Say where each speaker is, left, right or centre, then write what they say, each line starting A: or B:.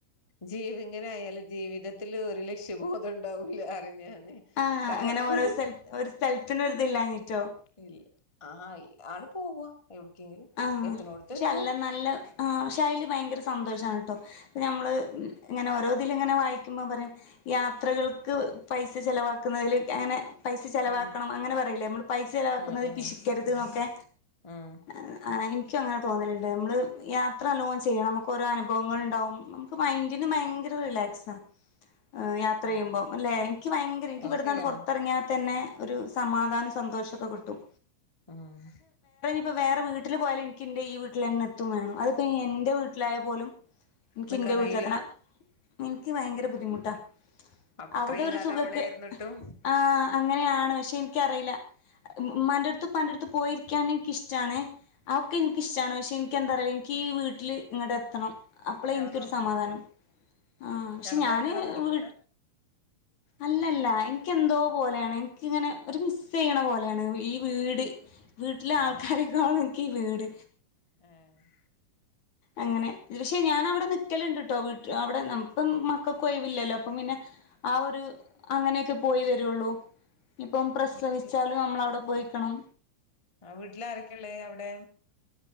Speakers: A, on the left; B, on the left.
A: ജീവി ഇങ്ങനെ ആയാല് ജീവിതത്തില് ഒരു ലക്ഷ്യബോധം ഉണ്ടാവൂല പറിം ഞാന്
B: ആഹ്
A: കാരണം
B: അങ്ങനെ ഓരോ സ്ഥൽ ഒര് സ്ഥലത്തിന് ഒരു ഇതില്ലാഞ്ഞിട്ടോ
A: ഇല്ല ആഹ് ആണ്ട് പോവ എവുട്ക്കെങ്കിലും
B: ആഹ്
A: എത്ത്ണോടത്ത്
B: പക്ഷെ
A: എത്തും
B: അല്ല നല്ല ആഹ് പക്ഷെയില് ഭയങ്കര സന്തോഷോണ്ട്ട്ടോ ഇപ്പം നമ്മള് ഇങ്ങനെ ഓരോതിലും ഇങ്ങനെ വായിക്കുമ്പോ പറയും യാത്രകൾക്ക് പൈസ ചെലവാക്കുന്നതില് അങ്ങനെ പൈസ ചിലവാക്കണം
A: ഉം
B: അങ്ങനെ പറയില്ലേ നമ്മള് പൈസ ചിലവാക്കുന്നതിൽ
A: ഉം
B: പിശിക്കരുത്
A: ഉം
B: എന്നൊക്കെ
A: ഉം
B: ആഹ് ആഹ് എനിക്ക് അങ്ങനെ തോന്നലുണ്ട് നമ്മള് യാത്ര നല്ലോ ചെയ്യണം നമുക്കൊരോ അനുഭവങ്ങൾ ഇണ്ടാവും നമുക്ക് മൈൻഡിന് ഭയങ്കര റിലാക്സാ ആഹ് യാത്ര ചെയ്യുമ്പോം അല്ലെ എനിക്ക് ഭയങ്കര എനിക്ക്
A: അത്
B: ഇവിടുന്നാട്
A: ശരിയാണ്
B: പുറത്തിറങ്ങിയാ തന്നെ ഒരു സമാധാനം സന്തോഷമൊക്കെ കിട്ടും
A: ആഹ്
B: ഇപ്പോ വേറെ വീട്ടില് പോയല് എനിക്ക് എന്റെ ഈഹ് വീട്ടിൽ തന്നെ എത്തും വേണം അതിപ്പെന്റെ എന്റെവീട്ടിലായാലും പോലും ഇനിക്ക്
A: നിക്കാൻ
B: ഇന്റെ വീട്ടിലെത്തണം
A: കഴിയൂല
B: എനിക്ക് ഭയങ്കര ബുദ്ധിമുട്ടാ
A: അഹ് അത്രയും
B: അവിടെ ഒരു
A: കാലം
B: സുഖക്ക്
A: അവിടൊയായിരുന്നിട്ടും
B: ആഹ് അങ്ങനെയാണ് പക്ഷെ എനിക്കറിയില്ല ഉമ്മാന്റെടുത്തും ഉപ്പാന്റെടുത്തും പോയിരിക്കാൻ എനിക്ക് ഇഷ് ഇഷ്ടണേ അയൊക്കെ എനിക്കിഷ്ടാണ് പക്ഷെ എനിക്ക് എന്താറയുക എനിക്ക് ഈഹ് വീട്ടില് ഇങ്ങടെ എത്തണം അപ്പളെ
A: കിടന്നുറങ്ങാനല്ലേ
B: എനിക്കൊരു സമാധാനം ആഹ് പക്ഷെ
A: കിടന്നുറങ്ങണ
B: ഞാന്
A: ബുദ്ധിമുട്ടാ
B: വീ
A: <inaudible>
B: അല്ലല്ല എനിക്ക് എന്തോ പോലെയാണ് എനിക്കിങ്ങനെ ഒരു മിസ് ചെയ്യണ പോലെയാണ് ഈഹ് വീട് വീട്ടിലെ ആൾക്കാരൊക്കാളും
A: ആഹ്
B: എനിക്ക് ഈഹ് വീട്
A: ആഹ്
B: അങ്ങനെ പക്ഷേ ഞാൻ അവിടെ നിക്കലുണ്ടുട്ടോ വീട്ട് അവിടെ നമ്മപ്പം മക്കള്ക്ക് ഒയവില്ലല്ലോ അപ്പം പിന്നെ ആഹ് ഒരു അങ്ങനെയൊക്കെ പോയി വരുള്ളൂ ഇപ്പം പ്രസവിച്ചാലും
A: വീട്ടില്
B: നമ്മളെവിടെ പോയി നിക്കണം
A: ആഹ് വീട്ടില് ആരൊക്കെയുള്ളേ അവിടെ